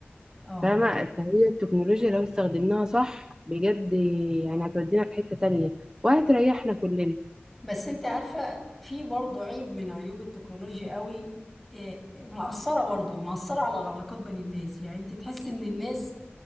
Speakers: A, in the centre; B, on the right.
A: اه
B: فاهمه فهي التكنولوجيا لو استخدمناها صح بجد يعني هتودينا في حته تانية وهتريحنا كلنا
A: بس انت عارفة في برضه عيب من عيوب التكنولوجيا قوي إيه، مأثرة برضه مأثرة على العلاقات بين الناس يعني انت تحس ان الناس